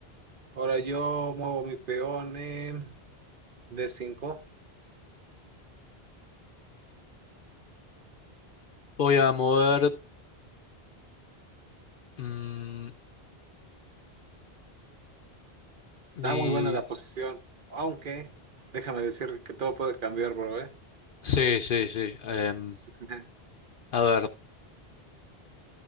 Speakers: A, on the right; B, on the left.
A: Ahora yo muevo mi peón en d cinco
B: Voy a mover mm, mi...
A: Está muy buena la posición. Aunque, déjame decir que todo puede cambiar, bro, ¿eh?
B: Sí, sí, sí. em,
A: <laughs> Ajá.
B: a ver,